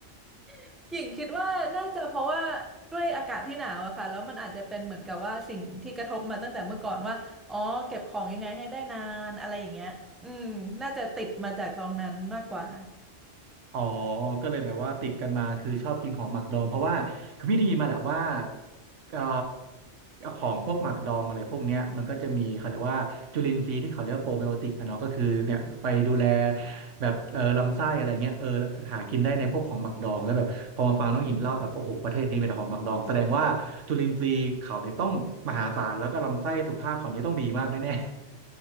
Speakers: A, in the centre; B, on the right.
A: <laughs> หญิงคิดว่าน่าจะเพราะว่าด้วยอากาศที่หนาวอะค่ะแล้วมันอาจจะเป็นเหมือนกับว่าสิ่งที่กระทบมาตั้งแต่เมื่อก่อนว่าอ๋อเก็บของยังไงให้ได้นานอะไรอย่างเงี้ยอืมน่าจะติดมาจากตอนนั้นมากกว่า
B: อ๋อก็เลยแบบว่าติดกันมาคือชอบกินของหมักดองเพราะว่าคือพี่ได้ยินมาแหละว่าเอ่อของพวกหมักดองอะไรพวกเนี้ยมันก็จะมีเขาเรียกว่าจุลินทรีย์ที่เขาเรียกว่าโปรไบโอติกอะเนาะก็คือเนี่ยไปดูแลแบบเออลำไส้อะไรเงี้ยเออหากินได้ในพวกของหมักดองแล้วแบบพอมาฟังน้องหญิงเล่าแบบโอ้โหประเทศนี้มีแต่ของหมักดองแสดงว่าจุลินทรีย์เขาเนี่ยต้องมหาศาลแล้วก็ลำไส้สุขภาพเขานี่ต้องดีมากแน่